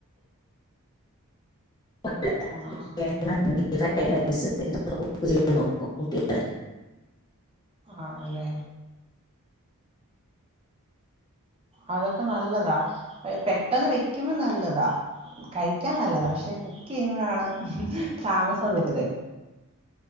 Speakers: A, on the left; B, on the right.
A: <unintelligible>
B: ആഹ്
A: <unintelligible> <unintelligible> <unintelligible>
B: ആണല്ലെ അതൊക്കെ നല്ലതാ. പെ പെട്ടെന്ന് വിക്കുമ്പം നല്ലതാ. കഴിക്കാൻ നല്ലതാ പക്ഷെ കുക്കെ യ്യുമ്പഴാണ് താമസം വരുന്നെ.